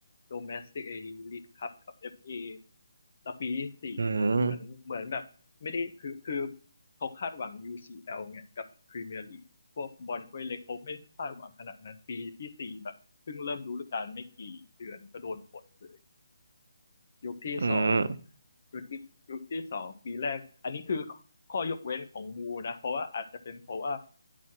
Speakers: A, on the left; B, on the right.
A: โดเมสติกเอลี e คั p กับเอฟเอแล้วปีที่สี่เหมือนเหมือนแบบไม่ได้คือคือ
B: อืม
A: เขาคาดหวัง UCL ไงกับพรีเมียร์ลีกพวกบอลถ้วยเล็กเขาไม่คาดหวังขนาดนั้นปีที่สี่แบบเพิ่งเริ่มฤดูกาลไม่กี่เดือนก็โดนปลดเลยยุคที่สอง
B: อืม
A: ยุคที่ยุคที่สองปีแรกอันนี้คือข้อยกเว้นของบูนะเพราะว่าอาจจะเป็นเพราะว่า